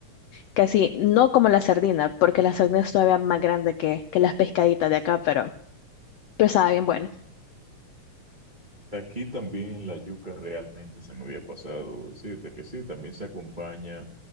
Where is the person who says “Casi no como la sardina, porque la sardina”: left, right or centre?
Left